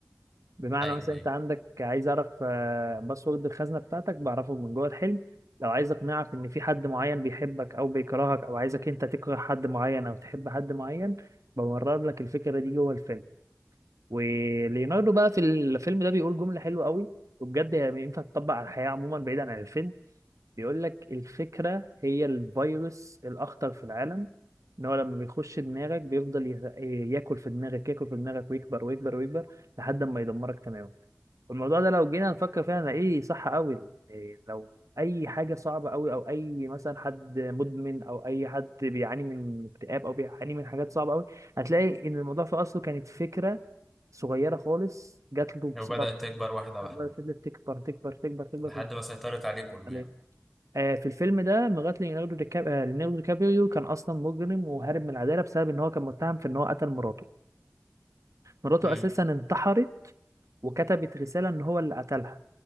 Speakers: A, on the right; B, in the centre.
A: بمعنى
B: ايوه
A: مثلا
B: ايوه
A: انت عندك عايز اعرف آه، باسورد الخزنه بتاعتك بعرفه من جوه الحلم لو عايز اقنعك ان في حد معين بيحبك او بيكرهك او عايزك انت تكره حد معين او تحب حد معين بمرر لك الفكره دي جوه الفيلم وليوناردو بقى في الفيلم ده بيقول جمله حلوه قوي وبجد هي ينفع تطبق على الحياه عموما بعيدا عن الفيلم بيقول لك الفكره هي الفيروس الاخطر في العالم ان هو لما بيخش دماغك بيفضل يه- ياكل في دماغك ياكل في دماغك ويكبر ويكبر ويكبر لحد ما يدمرك تماما الموضوع ده لو جينا نفكر فيها هنلاقيه صح قوي إيه، لو اي حاجه صعبه قوي او اي مثلا حد مدمن او اي حد بيعاني من اكتئاب او بيعاني من حاجات صعبه قوي هتلاقي ان الموضوع في اصله كانت فكره صغيره خالص جات له
B: لو
A: بصفه
B: بدأت تكبر واحدة
A: فضلت
B: واحدة
A: تكبر تكبر تكبر تكبر
B: لحد
A: في
B: ما سيطرت عليه كله
A: عليه.
B: يعني
A: آه، في الفيلم ده لغايه ليوناردو دي كاب- آه، ليوناردو دي كابريو كان اصلا مجرم وهارب من العداله بسبب ان هو كان متهم في ان هو قتل مراته مراته
B: امم
A: اساسا انتحرت وكتبت رساله ان هو اللي قتلها